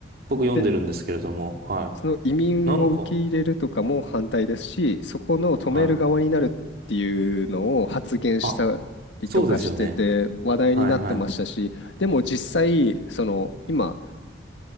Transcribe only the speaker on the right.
僕読んでるんですけれども、
は
い。なんか、
はい。あ、そうですよね。はいはい。